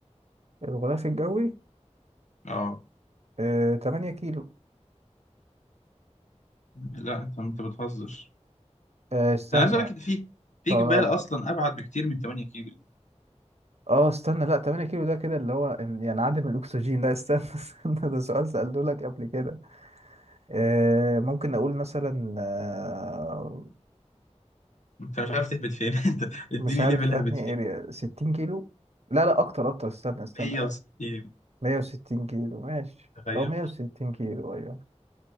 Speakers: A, on the right; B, on the left.
A: الغلاف الجوي
B: اه
A: آه، 8 كيلو
B: لا انت انت بتهزر
A: آه، استنى
B: انا عايز اقول لك ان في في
A: ط-
B: جبال اصلا ابعد بكتير من 8 كيلو دي.
A: اه استنى لا 8 كيلو ده كده اللي هو إن- يعني عدم الاكسجين لا استنى <laughs> استنى ده سؤال سألته لك قبل كده آه، ممكن اقول مثلا آه،
B: انت مش عارف تهبط فين <laughs> انت اديني
A: مش عارف
B: ليفل هبت
A: في انهي
B: فيه
A: اريا 60 كيلو لا لا اكتر اكتر استنى استنى
B: 160
A: 160 كيلو ماشي
B: تخيل
A: او 160 كيلو ايوه